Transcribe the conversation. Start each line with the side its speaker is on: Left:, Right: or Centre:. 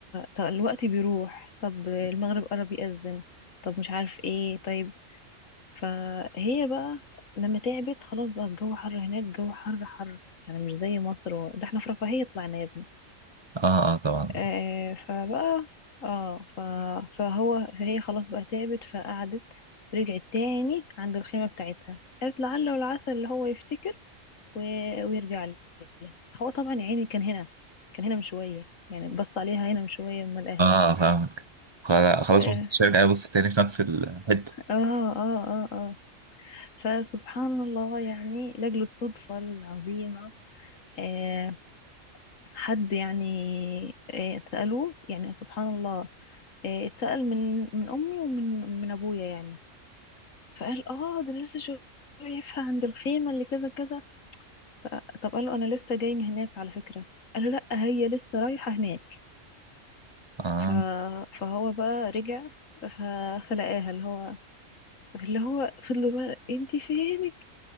Left: فالوقت بيروح طب المغرب قرب يأذن طب مش عارف ايه طيب فهي بقى لما تعبت خلاص بقى الجو حر هناك الجو حر حر يعني مش زي مصر و... ده احنا في رفاهية طلعنا يا ابني
Right: اه اه طبعا
Left: آه فبقى اه ف... فهو فهي خلاص بقى تعبت فقعدت رجعت تاني عند الخيمة بتاعتها قالت لعل والعسى اللي هو يفتكر و... ويرجع لي هو طبعا يا عيني كان هنا كان هنا من شوية يعني بص عليها هنا من شوية ما لقاهاش
Right: اه فاهمك خلا- خلاص
Left: اه
Right: بص الشركة بص تاني في نفس الحتة
Left: اه اه اه آه. فسبحان الله يعني لأجل الصدفة العظيمة آه حد يعني آه سألوه يعني سبحان الله آه اتسأل من من أمي ومن من أبويا يعني فقال اه ده أنا لسه شايفها عند الخيمة اللي كذا كذا ف- طب قال له انا لسه جاي من هناك على فكرة قال له لا هي لسه رايحة هناك
Right: اه
Left: ف... فهو بقى رجع ف... فلقاها اللي هو اللي هو فضل بقى انت فينك